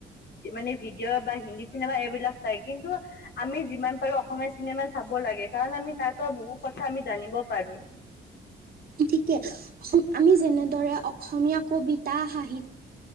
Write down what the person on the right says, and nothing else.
ছিকে আমি যেনেদৰে অসমীয়া, কবিতা, সাহিত্য